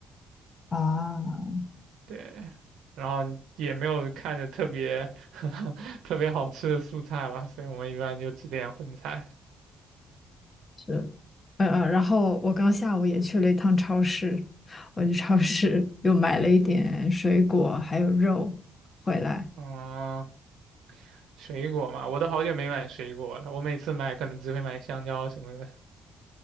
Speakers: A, on the left; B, on the right.
A: 啊，
B: 对，然后也没有看着特别 <laughs> 特别好吃的素菜吧，所以我们一般就只点荤菜。
A: 是，呃呃，然后我刚下午也去了一趟超市，我去超市 <laughs> 又买了一点水果还有肉回来。
B: 嗯、水果嘛，我都好久没买水果了，我每次买可能只会买香蕉什么的。